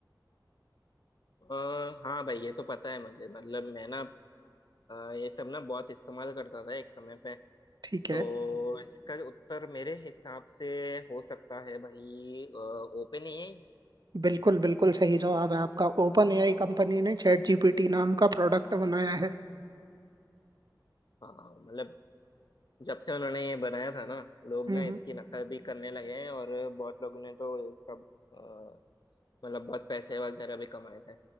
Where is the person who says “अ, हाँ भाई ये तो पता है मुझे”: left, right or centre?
Left